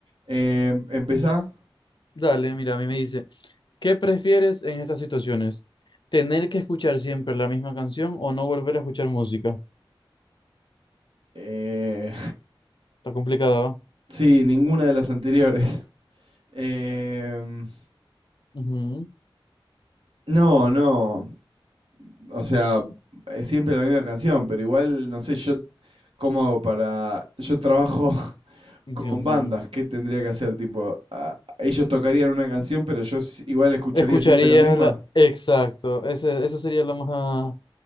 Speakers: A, on the right; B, on the left.
A: Eh, empezá.
B: Dale, mira, a mí me dice, ¿qué prefieres en estas situaciones? ¿Tener que escuchar siempre la misma canción o no volver a escuchar música?
A: Eh,
B: Está complicada, ¿va?
A: <laughs> sí, ninguna de las anteriores. <laughs> Em,
B: Ujú,
A: no, no. O sea, es siempre la misma canción, pero igual, no sé, yo cómo hago para... Yo trabajo <laughs>
B: Dios
A: Con
B: mío.
A: bandas, ¿qué tendría que hacer? Tipo, a- ellos tocarían una canción, pero yo s- igual escucharía
B: Escucharías
A: siempre la misma.
B: la... Exacto, ese, eso sería lo más